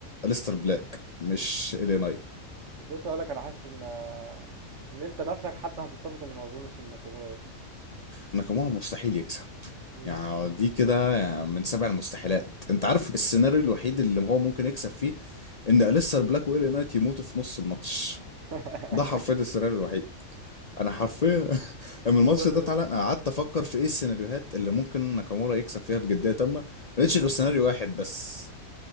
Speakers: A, on the left; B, on the right.
A: أليستر بلاك مش إلي نايت
B: كنت لسه اقول لك انا حاسس ان ان انت نفسك حتى هتتفق ان ما اظنش ان ناكامورا هيكسب
A: ناكامورا مستحيل يكسب
B: مم.
A: يعني دي كده يعني من سبع المستحيلات انت عارف السيناريو الوحيد اللي هو ممكن يكسب فيه ان أليستر بلاك وإلي نايت يموتوا في نص الماتش
B: <laughs>
A: ده حرفيا السيناريو الوحيد انا حرفيا <laughs> لما الماتش
B: بس
A: ده اتعلق انا قعدت افكر في ايه السيناريوهات اللي ممكن ناكامورا يكسب فيها بجديه تامه ما لقيتش غير سيناريو واحد بس